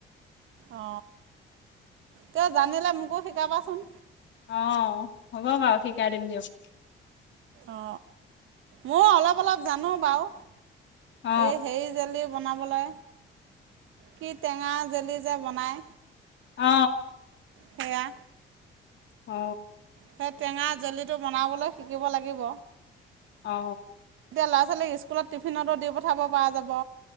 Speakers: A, on the right; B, on the left.
A: অ তেওঁ জানিলে মোকো শিকাবাচোন
B: অ হ'ব বাৰু শিকাই দিম দিয়ক
A: অ ময় অলপ অলপ জানো বাৰু
B: অ
A: এ সেই জালি বনাবলে কি টেঙা জেলী যে বনাই
B: অ
A: সেয়া
B: অ
A: সেই টেঙা জেলিটো বনাবলৈ শিকিব লাগিব
B: অ
A: তেতিয়া ল'ৰা ছোৱালীক স্কুলত টিফিনতো দি পঠাব পৰা যাব